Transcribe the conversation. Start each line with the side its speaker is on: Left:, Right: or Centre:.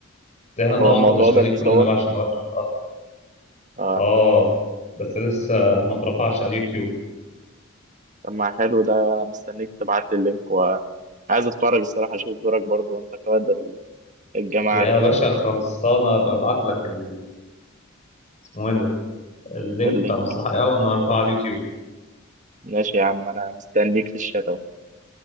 Left: ده احنا طبعا
Right: هو الموضوع
Left: كنا شغالين
Right: ده متصور
Left: كلنا بقى عشان الوقت ما
Right: اه
Left: اه بس لسه ما اترفعش على اليوتيوب
Right: طب ما حلو ده انا مستنيك تبعت لي اللينك وعايز اتفرج الصراحه اشوف دورك برضو وانت قائد الجماعه
Left: يا
Right: الرسمي
Left: باشا خلصانه ببعت لك ال... اسمه ايه ده اللينك
Right: اللينك
Left: بتاع المسرحيه اول ما ارفعه على اليوتيوب
Right: ماشي يا عم انا مستنيك في الشات